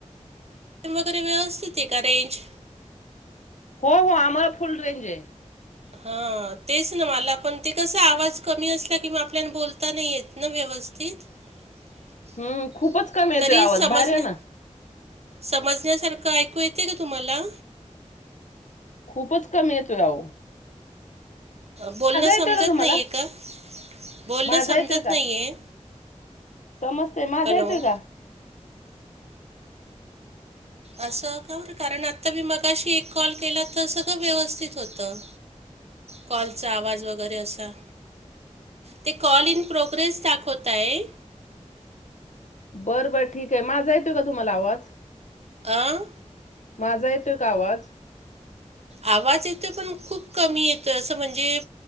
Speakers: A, on the right; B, on the left.
A: <unintelligible> वगैरे वेवस्तीत आहे का रेंज?
B: हो हो आम्हाला फुल, रेंज आहे.
A: हा, तेच ना, मला पण ते कसा आवाज कमी असला, कि मग, आपल्या बोलता नाही येत. न व्यवस्थीत, <unintelligible>
B: हम्म खूपच कमी येतोय
A: तरी
B: आवाज
A: समजन्या
B: बाहेर या ना.
A: समजण्यासारखं ऐकू येतय, का तुम्हाला?
B: खूपच कमी, येतो आओ.
A: बोलणं समजत
B: येतोय का तुम्हाला?
A: नाहीये का? बोलणं
B: माझा
A: समजत
B: येतोय का?
A: नाहीये?
B: समजतय, माझा
A: हॅलो
B: येतोय का?
A: असं का हो, बर कारण आत्ता मी मगाशी, एक कॉल केला तर सगळं व्यवस्थित होतं. कॉलचा आवाज, वगैरे असा. ते कॉल इन, प्रोग्रेस दाखवत आहे.
B: बरं, बरं ठीक आहे, माझा येतोय का तुम्हाला आवाज?
A: आं?
B: माझा येतोय का आवाज?
A: आवाज येतोय, पण खूप कमी येतोय, असं म्हणजे